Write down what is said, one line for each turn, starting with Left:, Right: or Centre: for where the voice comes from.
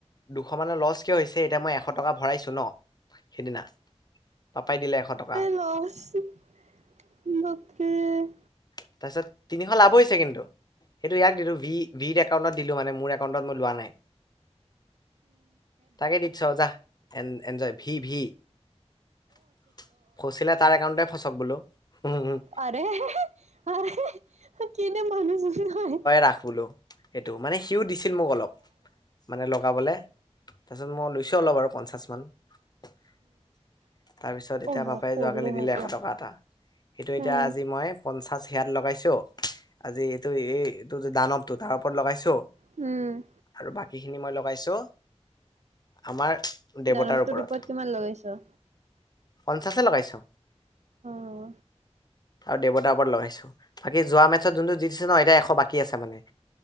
Left: দুশ মানৰ লছ কিয় হৈছে এতিয়া মই এশ টকা ভৰাইছোঁ ন সেইদিনা। <unintelligible> পাপাই দিলে এশ টকা। <unintelligible>
Right: <unintelligible> বাপৰে <inaudible>
Left: <inaudible> তাৰপিছত তিনিশ লাভ হৈছে কিন্তু সেইটো ইয়াক দিলোঁ <unintelligible> একাউণ্টত। দিলোঁ মানে মোৰ একাউন্টত মই লোৱা নাই। তাকে দি দিছোঁ আৰু যাহ। <unintelligible> <unintelligible> Enjoy V-V. <inaudible> ফচিলে তাৰ একাউণ্টতে ফচক বোলো। উম-উম। <unintelligible>
Right: আৰে আৰে কিনো মানুহ হয়।
Left: ৰাখবোলো। এইটো মানে সিও দিছিল মোক অলপ- মানে লগাবলে, তাৰপিছত মই লৈছো অলপ আৰু পঞ্চাশ মান। তাৰপিছত এতিয়া
Right: বা
Left: পাপাই
Right: পৰিলে
Left: যোৱাকালি
Right: হয়
Left: দিলে
Right: তাত
Left: এশ টকা এটা। সেইটো
Right: উম
Left: এতিয়া আজি মই পঞ্চাছ হেয়াত লগাইছোঁ। আজি এইটো এই এইটো যে দানৱটো তাৰ ওপৰত লগাইছো।
Right: উম।
Left: আৰু বাকীখিনি মই লগাইছোঁ, আমাৰ- দেৱতাৰ
Right: দানটো
Left: ওপৰত
Right: ৰূপত কিমান লগাইছ?
Left: পঞ্চাশে লগাইছো।
Right: অহ।
Left: আৰু দেৱতাৰ ওপৰত লৰাইছো, বাকি যোৱা মেচত যোনটো জিতিছে ন এতিয়া এশ বাকী আছে মানে-